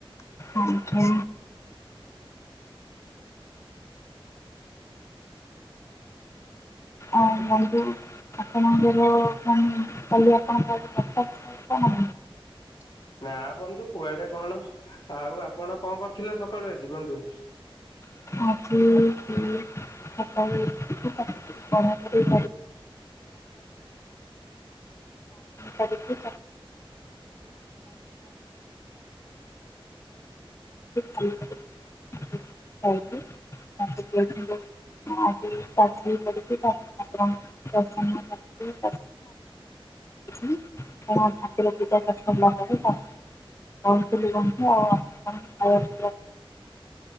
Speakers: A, on the left; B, on the left.
A: ଆଚ୍ଛା। ଆ ବନ୍ଧୁ ଆପଣଙ୍କର କଣ କାଲି ଆପଣଙ୍କ କଣ?
B: ନା ବନ୍ଧୁ କୁଆଡେ କଣ ଆଉ ଆପଣ କଣ କରୁଥିଲେ ସକାଳୁ ଆଜି ବନ୍ଧୁ।
A: ବନ୍ଧୁ? ଆଜି ସେଇ ସକାଳୁ ଉଠିକି ତାକୁ କଢା କଢ଼ି କରିକି <unintelligible> <unintelligible> ଗାଧେଇ ପଡିକି ତାପରେ ଠାକୁରଙ୍କୁ ଦର୍ଶନ କରିକି ଥିଲି କାରଣ <unintelligible> <unintelligible>